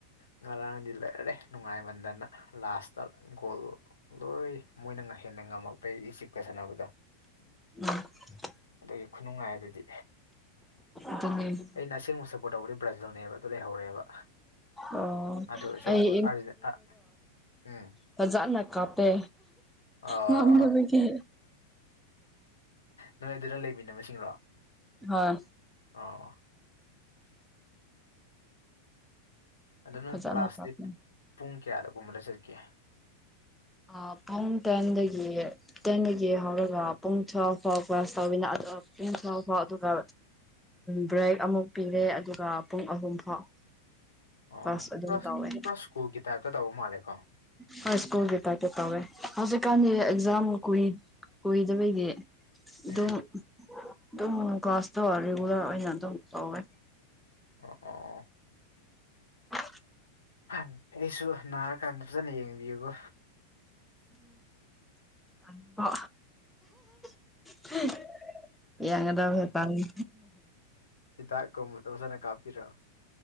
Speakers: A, on the left; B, in the centre.
A: ꯉꯔꯥꯡꯗꯤ ꯂ‍ꯣꯏꯔ‍ꯦ ꯅꯨꯡꯉꯥꯏꯃꯟꯗꯅ ꯂꯥꯁꯇ ꯒꯣꯜ ꯂꯣꯏ ꯃꯣꯏꯅ ꯍꯦꯟꯅ ꯉꯝꯃꯛꯄꯩ ꯏꯆꯤꯞꯀ ꯁꯥꯟꯅꯕꯗꯣ
B: ꯎꯝ <unintelligible>
A: ꯑꯗꯒꯤ ꯈꯨꯅꯨꯡꯉꯥꯏ ꯑꯗꯨꯗꯤ
B: <inaudible>
A: ꯑꯩꯅ ꯑꯁꯦꯡꯕ ꯁꯞꯄ‌ꯣꯔꯠ ꯇꯧꯕꯗꯤ ꯕ꯭ꯔꯥꯖꯤꯜꯅꯦꯕ ꯑꯗꯨ ꯂꯩꯍꯧꯔꯦꯕ
B: ꯑꯣ
A: ꯑꯗꯨ ꯑꯣꯏꯔꯁꯨ
B: ꯑꯩ
A: ꯑ ꯎꯝ
B: ꯐꯖꯥꯅ ꯀꯥꯞꯄꯦ
A: ꯑ
B: ꯉꯝꯗꯕꯒꯤ
A: ꯅꯣꯏ ꯑꯗꯨꯗ ꯂꯩꯃꯤꯟꯅꯁꯤꯡꯔꯣ
B: ꯍꯣꯏ
A: ꯑꯣ ꯑꯗꯣ ꯅꯣꯏ
B: ꯐꯖꯅ
A: ꯀ꯭ꯂꯥꯁꯇꯤ
B: ꯀꯥꯞꯄꯦ
A: ꯄꯨꯡ ꯀꯌꯥꯗꯒꯨꯝꯕꯗ ꯆꯠꯀꯦ
B: ꯑ ꯐꯥꯎ ꯇ‌ꯦꯟꯗꯒꯤ ꯇꯦꯟꯗꯒꯤ ꯍꯧꯔꯒ ꯄꯨꯡ ꯊꯔ ꯐꯥꯎ ꯀ꯭ꯂꯥꯁ <unintelligible> ꯇꯧꯋꯅ ꯄꯨꯡ ꯊ ꯐꯥꯎ ꯑꯗꯨꯒ ꯕ꯭ꯔꯦꯛ ꯑꯃꯨꯛ ꯄꯤꯔꯦ ꯑꯗꯨꯒ ꯄꯨꯡ ꯑꯍꯨꯝ ꯐꯥꯎ
A: ꯑꯣ
B: ꯀ꯭ꯂꯥꯁ ꯑꯗꯨꯝ
A: ꯄꯨꯔꯥ
B: ꯇꯧꯋꯦ
A: ꯄꯨꯔꯥ ꯁ꯭ꯀꯨꯜꯒꯤ ꯇꯥꯏꯞꯇ ꯇꯧꯕ ꯃꯥꯜꯂꯦꯀꯣ
B: ꯄꯨꯔꯥ ꯁ꯭ꯀꯨꯜꯒꯤ ꯇꯥꯞ ꯀꯧꯋꯦ ꯍꯧꯖꯤꯛꯀꯥꯟꯗꯤ ꯑꯦꯛꯖꯥꯝ ꯀꯨꯏꯗꯕꯗꯤ ꯑꯗꯨꯝ
A: ꯎꯝ
B: ꯑꯗꯨꯝ ꯀꯥꯁꯇ ꯔꯦꯒꯨꯂꯔ ꯑ‌ꯣꯏꯅ ꯑꯗꯨꯝ ꯇꯧꯋꯦ
A: ꯑꯥ ꯑꯥ ꯑꯥ
B: ꯍ <inaudible>
A: ꯑꯩꯁꯨ ꯅꯥꯔꯀꯥꯟꯗ ꯐꯖꯅ ꯌꯦꯡꯕꯤꯌꯨꯕꯣ
B: ꯎꯝ ꯇ <inaudible> ꯌꯦꯡꯉꯗꯕꯁꯨ ꯇꯜꯂꯤ
A: ꯍꯤꯗꯥꯛꯀꯨꯝꯕꯗ ꯐꯖꯅ ꯀꯥꯞꯄꯤꯔꯣ